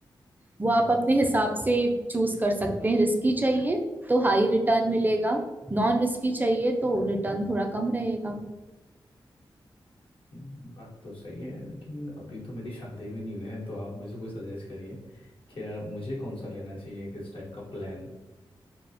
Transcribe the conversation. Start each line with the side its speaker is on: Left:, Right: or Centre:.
Right: वो
Left: हम्म,
Right: आप अपने हिसाब से चूज कर सकते हैं रिस्की चाहिए तो हाई रिटर्न मिलेगा नॉन रिस्की चाहिए तो रिटर्न थोड़ा कम रहेगा
Left: हम्म, बात तो सही है लेकिन अभी तो मेरी शादी भी नहीं हुई है तो आप मुझे कोई सजेस्ट करिए क्या मुझे कौन सा लेना चाहिए किस टाइप का प्लान